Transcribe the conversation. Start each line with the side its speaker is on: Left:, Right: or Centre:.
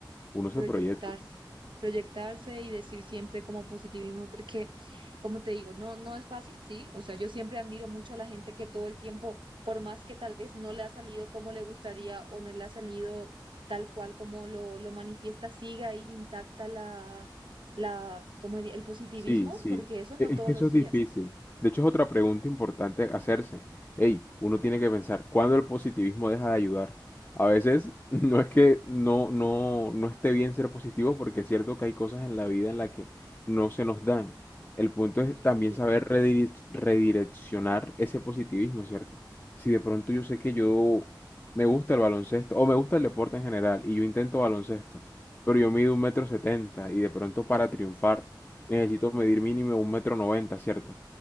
Left: uno se
Right: proyectarse,
Left: proyecta.
Right: proyectarse y decir siempre como positivismo, porque como te digo, no, no es fácil, sí, o sea, yo siempre admiro mucho a la gente que todo el tiempo, por más que tal vez no le ha salido como le gustaría o no le ha salido tal cual como lo, lo manifiesta, siga ahí intacta la, la, como el positivismo,
Left: Sí, sí.
Right: porque eso no
Left: E- Es
Right: todos
Left: que eso
Right: los
Left: es
Right: días.
Left: difícil. De hecho, es otra pregunta importante hacerse. Ey, uno tiene que pensar, ¿cuándo el positivismo deja de ayudar? A veces <laughs> no es que no, no, no esté bien ser positivo, porque es cierto que hay cosas en la vida en las que no se nos dan. El punto es
Right: Sí,
Left: también saber rediri- redireccionar ese positivismo, ¿cierto? Si de pronto yo sé que yo me gusta el baloncesto, o me gusta el deporte en general, y yo intento baloncesto, pero yo mido un metro setenta, y de pronto para triunfar. Necesito medir mínimo un metro noventa, ¿cierto?